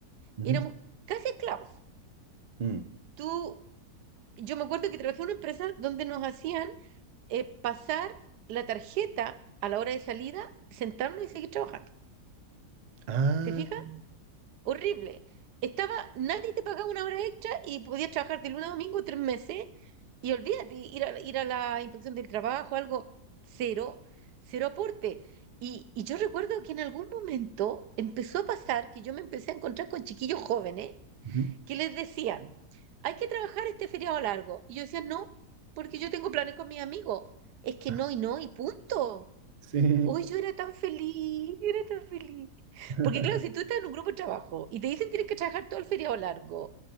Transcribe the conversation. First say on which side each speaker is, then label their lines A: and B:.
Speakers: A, on the right; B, on the right.
A: Ujú,
B: éramos casi esclavos.
A: mm.
B: Tú, yo me acuerdo que trabajé en una empresa donde nos hacían eh, pasar la tarjeta a la hora de salida, sentarnos y seguir trabajando.
A: Ah,
B: ¿Te fijas? Horrible. Estaba, nadie te pagaba una hora extra y podías trabajar de lunes a domingo tres meses y olvídate, ir a, ir a la inspección del trabajo, algo, cero, cero aporte. Y, y yo recuerdo que en algún momento empezó a pasar que yo me empecé a encontrar con chiquillos jóvenes
A: ujú.
B: que les decían, hay que trabajar este feriado largo. Y yo decía, no, porque yo tengo planes con mis amigos. Es que
A: Ah,
B: no y no y punto.
A: Sí,
B: Hoy yo era tan feliz, era tan feliz.
A: <laughs>
B: Porque claro, si tú estás en un grupo de trabajo y te dicen tienes que trabajar todo el feriado largo,